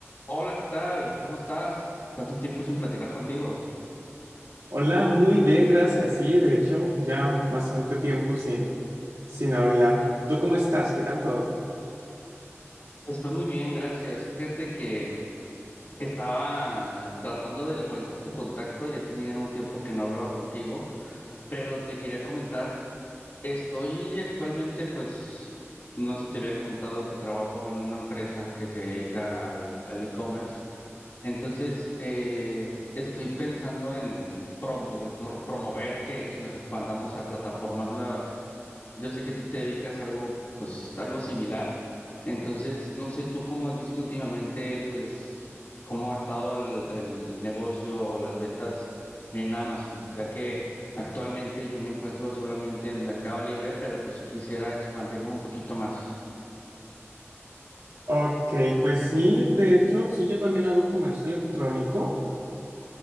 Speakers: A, on the left (about 45°); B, on the right (about 80°).
A: Hola, ¿qué tal? ¿Cómo estás? Tanto tiempo sin platicar contigo.
B: Hola, muy bien, gracias. Sí, de hecho, ya bastante tiempo sin, sin hablar. ¿Tú cómo estás? ¿Qué tal todo?
A: Estoy muy bien, gracias. Fíjate que estaba tratando de localizar tu contacto, ya tenía un tiempo que no hablaba contigo, pero te quería comentar, estoy actualmente, pues, no sé, te había comentado que trabajo en una empresa que se dedica al, al e-commerce. Entonces, eh, estoy pensando en promover, promover que, que nos expandamos a plataformas nuevas. Yo sé que tú te dedicas a algo, pues, algo similar. Entonces, no sé tú cómo has visto últimamente, pues, cómo ha estado el, el negocio o las ventas en Amazon, ya que actualmente yo me encuentro solamente en Mercado Libre, pero pues sí quisiera expandirme un poquito más.
B: Ok, pues sí, de hecho, sí, yo también hago comercio electrónico.